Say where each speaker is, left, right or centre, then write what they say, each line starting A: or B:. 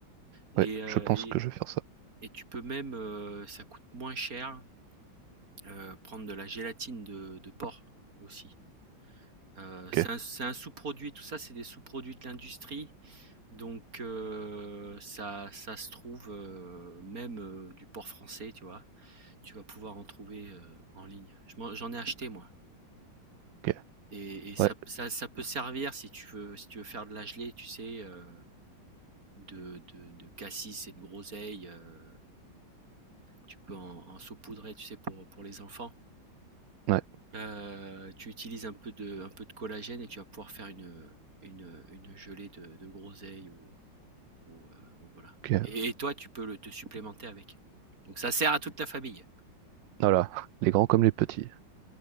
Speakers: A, on the right; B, on the right.
A: et
B: ouais,
A: heu
B: je pense
A: et
B: que je vais faire ça.
A: et tu peux même, heu, ça coûte moins cher, heu, prendre de la gélatine de de porc aussi. Heu,
B: Ok,
A: c'est un c'est un sous-produit, tout ça, c'est des sous-produits de l'industrie donc heu, ça ça se trouve, heu, même, heu, du porc français, tu vois? Tu vas pouvoir en trouver, heu, en ligne. Je m'en j'en ai acheté moi.
B: ok,
A: Et, et ça,
B: ouais,
A: ça, ça peut servir si tu veux, si tu veux faire de la gelée, tu sais, euh, de, de, de cassis et de groseille. euh, tu peux en, en saupoudrer, tu sais, pour, pour les enfants.
B: ouais,
A: Euh, tu utilises un peu de, un peu de collagène et tu vas pouvoir faire une, une, une gelée de, de groseille ou, ou, euh, ou voilà.
B: ok.
A: Et, et toi, tu peux le, te supplémenter avec. Donc ça sert à toute la famille.
B: Voilà, <laughs> les grands comme les petits.